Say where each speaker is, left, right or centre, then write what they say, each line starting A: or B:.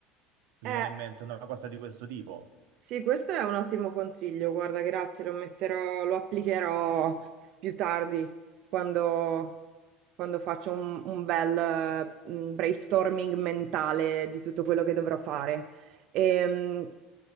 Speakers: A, on the right; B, on the right.
A: Eh,
B: Mi viene in mente una cosa di questo tipo.
A: sì, questo è un ottimo consiglio. Guarda, grazie, lo metterò, lo applicherò più tardi, quando quando faccio un, un bel eh, mm, brainstorming mentale di tutto quello che dovrò fare. Ehm,